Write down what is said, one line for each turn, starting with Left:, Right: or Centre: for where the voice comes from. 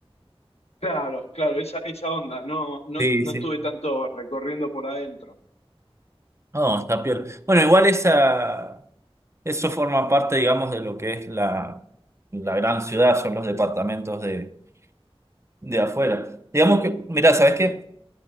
Left: Claro, claro, esa, esa onda. No, no,
Right: Sí,
Left: no
Right: sí.
Left: estuve tanto recorriendo por adentro.
Right: No, está peor. Bueno, igual esa, eso forma parte, digamos, de lo que es la, la gran ciudad, son los departamentos de, de afuera. Digamos que, mirá, ¿sabes qué?